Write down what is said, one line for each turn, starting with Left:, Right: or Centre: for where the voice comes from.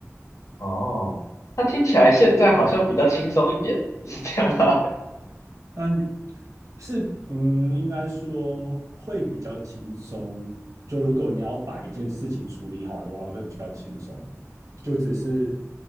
Left: 哦，那听起来现在好像比较轻松一点，是这样吧？
Right: 但是，嗯，应该说会比较轻松。就如果你要把一件事情处理好的话，会比较轻松。就只是
Left: <laughs> 嗯